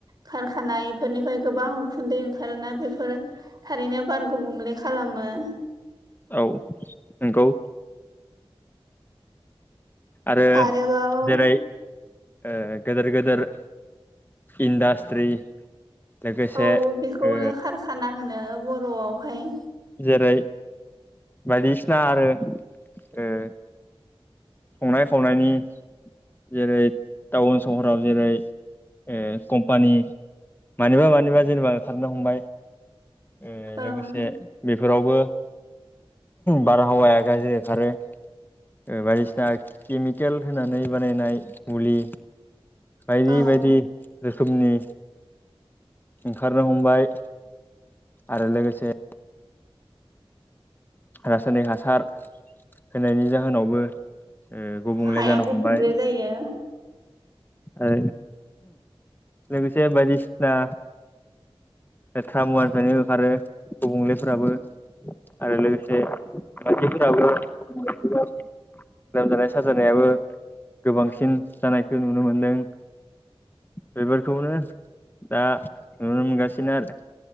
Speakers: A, on the right; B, on the left.
A: खारखानाय बेफोरनिफ्राय गोबां उखुन्दै ओंखारोना बेफोर थारैनो बार गुबुंले खालामो।
B: औ नंगौ। आरो
A: आरोबाव
B: जेरै ओ गेदेर गेदेर इन्डास्ट्रि लोगोसे
A: औ बेखौनो
B: ओ
A: खारखाना होनो बर'आवहाय।
B: जेरै बायदिसिना आरो ओ संनाय खावनायनि जेरै टाउन सहराव जेरै ओ कम्पानि मानिबा मानिबा जेनेबा ओंखारनो हमबाय ओ
A: ओं
B: लोगोसे बेफोरावबो बारहावाया गाज्रि ओंखारो ओ बायदिसिना दा केमिकेल होनानै बानायनाय मुलि बायदि
A: औ
B: बायदि रोखोमनि ओंखारनो हमबाय आरो लोगोसे रासायनिक हासार होनायनि जाहोनावबो ओ गुबुंले
A: हाया
B: जानो
A: गुबुंले
B: हमबाय
A: जायो
B: ओ लोगोसे बायदिसिना लेथ्रा मुवानिफ्रायनो आरो गुबुंलेफोराबो आरो लोगोसे <unintelligible> लोगोसे मानसिफोराबो लोमजानाय साजानायाबो गोबांसिन जानायखौ नुनो मोनदों बेफोरखौनो दा नुनो मोनगासिनो आरो।